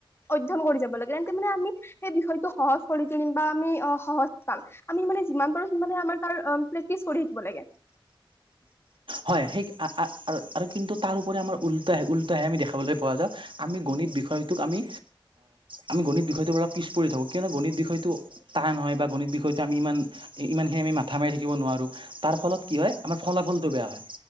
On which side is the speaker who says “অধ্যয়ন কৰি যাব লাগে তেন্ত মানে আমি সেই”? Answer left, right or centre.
Left